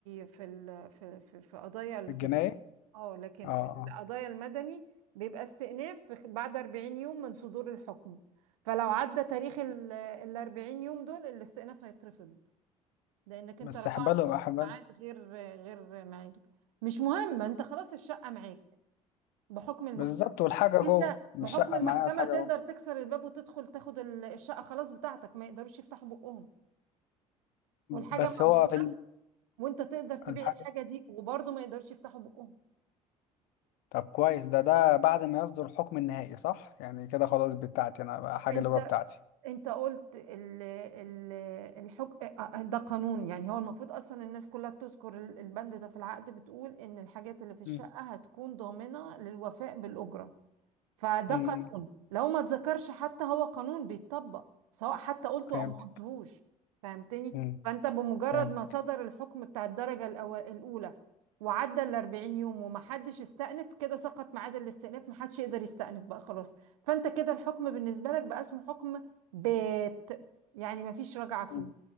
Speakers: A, on the right (about 65°); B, on the left (about 55°).
A: في ال... في في, في قضايا الجنائية
B: في الجناية
A: اه لكن
B: اه اه
A: في القضايا المدني بيبقى استئناف في خ- بعد 40 يوم من صدور الحكم فلو عدى تاريخ ال ال 40 يوم دول الاستئناف هيترفض لانك انت
B: بس
A: رفعته
B: احباله
A: في
B: احباله
A: ميعاد غير غير ميعاده مش مهم انت خلاص الشقه معاك بحكم المحكمه
B: بالظبط والحاجة
A: انت
B: جوه مش
A: بحكم
B: شقة
A: المحكمه
B: معايا الحاجة
A: تقدر
B: جوه
A: تكسر الباب وتدخل تاخد ال- الشقه خلاص بتاعتك ما يقدروش يفتحوا بقهم والحاجه
B: بس هو
A: موجوده
B: في ال-
A: وانت تقدر تبيع
B: الحاجة
A: الحاجه دي وبرضه ما يقدرش يفتحوا بقهم
B: طب كويس ده ده بعد ما يصدر الحكم النهائي صح يعني كده خلاص بتاعتي انا بقى حاجة
A: انت
B: اللي جوه بتاعتي
A: انت قلت ال ال الحك... اه، ده قانون يعني هو المفروض اصلا الناس كلها بتذكر ال- البند ده في العقد بتقول ان الحاجات اللي في الشقه
B: مم.
A: هتكون ضامنه للوفاء بالاجره فده
B: مم.
A: قانون لو ما اتذكرش حتى هو قانون بيتطبق سواء حتى قلته
B: فهمتك
A: او ما قلتهوش فهمتني
B: مم.
A: فانت بمجرد
B: فهمتك
A: ما صدر الحكم بتاع الدرجة الأول الأولى وعدى ال 40 يوم وما حدش استأنف كده سقط ميعاد الاستئناف ما حدش يقدر يستأنف بقى خلاص فانت كده الحكم بالنسبة لك بقى اسمه حكم بات يعني ما فيش رجعة فيه
B: مم.